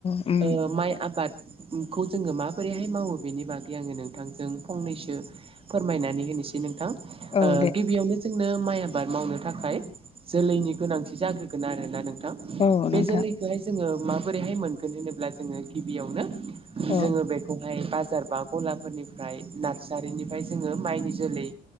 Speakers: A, on the left; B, on the right.
A: औ
B: ओ माइ आबाद खौ जोङो माबोरैहाय मावो बेनि बागै आङो नोंथांजों फंनैसो फोरमायनानै होनोसै नोंथां
A: औ
B: ओ
A: दे
B: गिबियावनो जोंनो माइ आबाद मावनो थाखाय जोलैनि गोनांथि जाग्रोगोन आरोना नों थां
A: औ
B: बे
A: नोंथां
B: जोलैखौहाय जोङो माबोरैहाय मोनगोन होनोब्ला जोङो गिबियावनो
A: औ
B: जोङो बेखौहाय बाजार बा गलाफोरनिफ्राय नार्सारिनिफ्राय जोङो माइनि जोलै